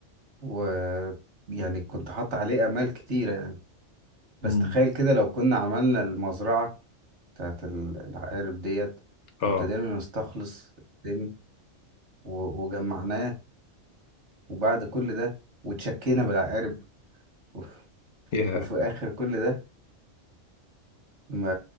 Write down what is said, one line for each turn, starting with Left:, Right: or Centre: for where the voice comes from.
Right: ويعني كنت حاطط عليه امال كتيره يعني بس
Left: مم.
Right: تخيل كده لو كنا عملنا المزرعه بتاعت ال- العقارب ديت
Left: اه
Right: وابتدينا نستخلص الدم و- وجمعناه وبعد كل ده وتشكينا بالعقارب <laughs>
Left: يا
Right: وفي اخر كل ده ما